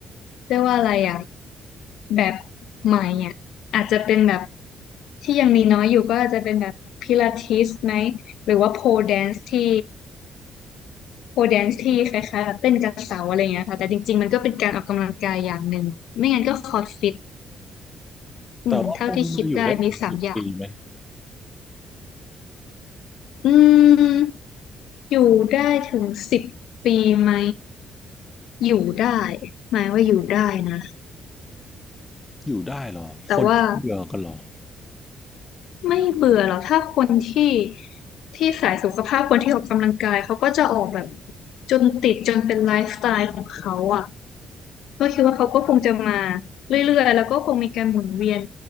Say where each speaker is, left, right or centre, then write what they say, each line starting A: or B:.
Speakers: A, on the left (about 80°); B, on the left (about 20°).
A: เรียกว่าอะไรอะแบบใหม่อะอาจจะเป็นแบบที่ยังมีน้อยอยู่ก็อาจจะเป็นแบบพิลาทิสไหมหรือว่าโพแดนซ์ที่โพแดนซ์ที่คล้ายๆแบบเต้นกับเสาอะไรอย่างเงี้ยค่ะแต่จริงๆมันก็เป็นการออกกำลังกายอย่างหนึ่งไม่งั้นก็คอร์ดฟิตอืมเท่าที่คิดได้มีสามอย่าง
B: แต่ว่าพวกนี้มันจะอยู่ได้ถึงสิบปีไหม
A: อืม อยู่ได้ถึงสิบปีไหมอยู่ได้หมายว่าอยู่ได้นะ
B: อยู่ได้เหรอคนเบื่อกันเหรอ
A: แต่ว่าไม่เบื่อหรอกถ้าคนที่ที่สายสุขภาพคนที่ออกกำลังกายเขาก็จะออกแบบจนติดจนเป็นไลฟ์สไตล์ของเขาอ่ะก็คิดว่าเขาก็คงจะมาเรื่อยๆแล้วก็คงมีการหมุนเวียน